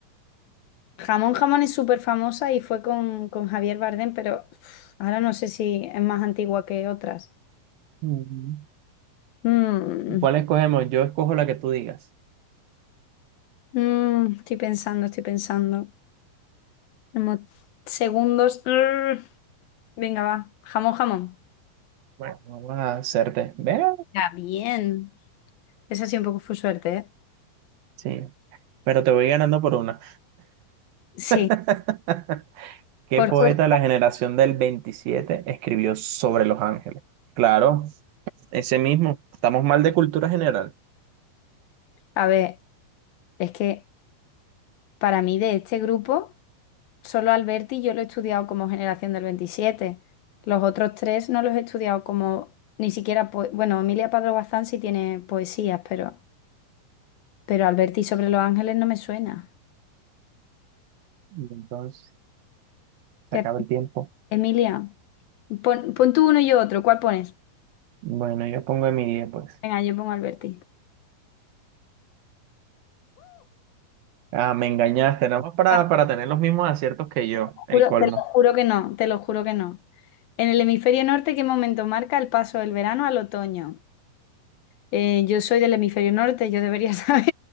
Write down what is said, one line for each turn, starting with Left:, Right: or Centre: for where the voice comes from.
Left: Jamón Jamón es súper famosa y fue con, con Javier Bardem, pero uf, ahora no sé si es más antigua que otras.
Right: Mm,
Left: Mm,
Right: ¿Cuál escogemos? Yo escojo la que tú digas.
Left: mm, estoy pensando, estoy pensando. Como segundos. Mm, venga, va. Jamón Jamón.
Right: Bueno, vamos a hacerte. ¿Ve?
Left: Ya, bien. Esa sí un poco fue suerte, ¿eh?
Right: Sí. pero te voy ganando por una.
Left: Sí,
Right: <laughs> ¿Qué
Left: por
Right: poeta
Left: suerte.
Right: de la generación del 27 escribió sobre Los Ángeles? Claro, ese mismo. Estamos mal de cultura general.
Left: A ver, es que Para mí, de este grupo, solo Alberti yo lo he estudiado como generación del 27. Los otros tres no los he estudiado como ni siquiera, poe- bueno, Emilia Pardo Bazán sí tiene poesías, pero, pero Alberti sobre los ángeles no me suena.
Right: Y Entonces, se
Left: ¿Qué-
Right: acaba el tiempo.
Left: Emilia, pon, pon tú uno y yo otro, ¿cuál pones?
Right: Bueno, yo pongo Emilia, pues.
Left: Venga, yo pongo Alberti.
Right: Ah, me engañaste, nada más para,
Left: Ah,
Right: para tener los mismos aciertos que yo,
Left: juro-
Right: el colmo.
Left: te lo juro que no, te lo juro que no. En el hemisferio norte, ¿qué momento marca el paso del verano al otoño? Eh, yo soy del hemisferio norte, yo debería <laughs> saber